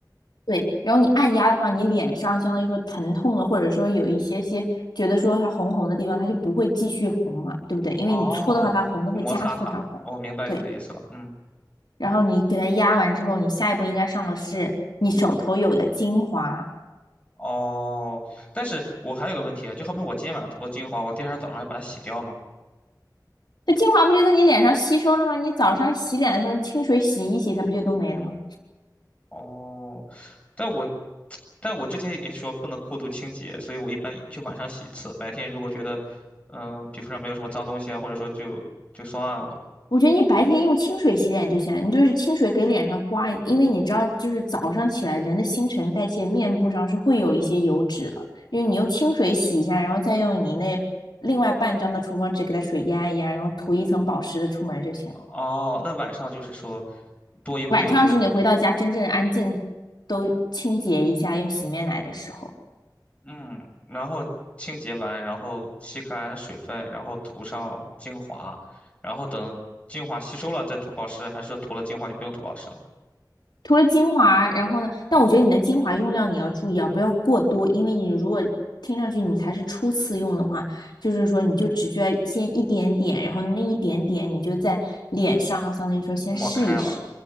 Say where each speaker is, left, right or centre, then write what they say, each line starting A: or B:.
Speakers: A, on the left; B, on the left.
A: 对，然后你按压的话，你脸上相当于说疼痛的，或者说有一些些觉得说它红红的地方，它就不会继续红嘛，对不对？因为你搓的话，
B: 哦，
A: 它红的会加速它红。
B: 摩擦它，哦我明白你的意思了。
A: 对，
B: 嗯，
A: 然后你给它压完之后，你下一步应该上的是你手头有的精华。
B: 哦，但是我还有个问题啊，就好比我今天晚上涂了精华，我第二天早上要把它洗掉吗？
A: 这精华不就在你脸上吸收了吗？你早上洗脸的时候，你清水洗一洗，它不就都没了吗？
B: 哦，但我但我之前也说不能过度清洁，所以我一般就晚上洗一次，白天如果觉得嗯皮肤上没有什么脏东西啊，或者说就就算了。
A: 我觉得你白天用清水洗脸就行了，你就是清水给脸上刮一，因为你知道，就是早上起来人的新陈代谢，面部上是会有一些油脂的，就是你用清水洗一下，然后再用你那另外半张的厨房纸给它水压一压，然后涂一层保湿的出门就行了。
B: 哦，那晚上就是说多一步，
A: 晚上是你回到家真正安静，
B: 就是
A: 都清洁一下用洗面奶的时候。
B: 嗯，然后清洁完，然后吸干水分，然后涂上精华，然后等精华吸收了再涂保湿，还是说涂了精华就不用涂保湿了？
A: 涂了精华，然后呢，但我觉得你的精华用量你要注意啊，不要过多，因为你如果听上去你才是初次用的话，就是说你就只需要先一点点，然后那一点点你就在脸上，相当于说先试一试。
B: 抹开了，